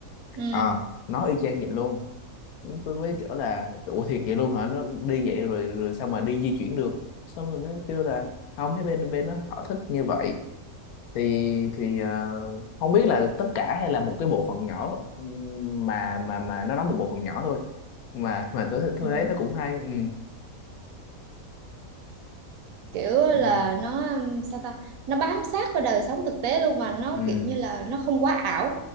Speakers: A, on the right (about 75°); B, on the left (about 80°).
A: Ừ.
B: Ờ, nó y chang vậy luôn tôi mới kiểu là ủa thiệt vậy luôn hả nó đi vậy rồi rồi sao mà đi di chuyển được xong rồi nó kêu là không thấy bên bên nó họ thích như vậy thì thì ờ, không biết là tất cả hay là một cái bộ phận nhỏ ừm, mà mà mà nó nói một bộ phận nhỏ thôi mà mà tôi tôi
A: Ừ.
B: thấy nó cũng hay ừ
A: kiểu là
B: ừ
A: nó um, sao ta nó bám sát vào đời sống thực tế luôn mà nó
B: ừ
A: kiểu như là nó không quá ảo